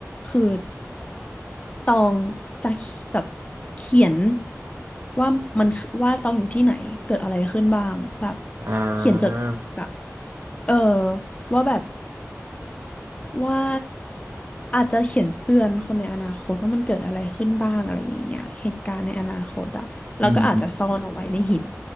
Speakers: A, on the left; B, on the right.
A: คือ ตองจะแบบเขียนว่ามันคือว่าตองอยู่ที่ไหนเกิดอะไรขึ้นบ้างแบบ
B: อ่า
A: เขียนจดแบบเออว่าแบบว่าอาจจะเขียนเตือนคนในอนาคตว่ามันเกิดอะไรขึ้นบ้างอะไรอย่างเงี้ยเหตุการณ์ในอนาคตอะแล้วก็อาจจะซ่อนเอาไว้ในหิน
B: อืม